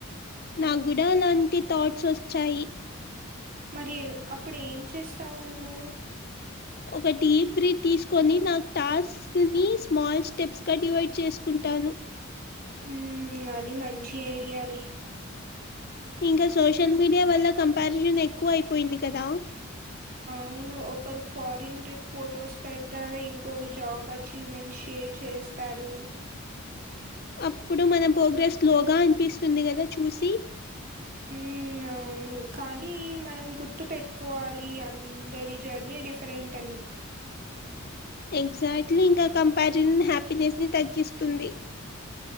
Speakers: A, on the left (about 45°); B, on the right (about 40°).
A: నా గుడా అలాంటి థాట్స్ వచ్చాయి
B: మరి ఎ అప్పుడు ఏం చేస్తావు నువ్వు
A: ఒక బ్రీత్ తీసుకొని నాకు టాస్క్ ని స్మాల్ స్టెప్స్ గా డివైడ్ చేసుకుం టాను
B: ఉమ్ అది మంచి ఐడియాలే
A: ఇంకా సోషల్ మీడియా వల్ల కంపారిజన్ ఎక్కువయిపోయింది కదా
B: అవును ఒకరు ఫారిన్ ట్రిప్ ఫొటోస్ పెడతారు ఇంకొరు జాబ్ అచీవ్మెంట్స్ షేర్ చేస్ త్తారు
A: అప్పుడు మన ప్రోగ్రెస్ స్లోగా అనిపిస్తుంది కదా చూసి
B: ఉమ్ అవును కానీ మనం గుర్తు పెట్టుకోవాలి అందరి జర్నీ డిఫరెంట్ అని
A: ఎగ్జాక్ట్లీ ఇంకా కంపారిజన్ హ్యాపీనెస్ ని తగ్గిస్తుంది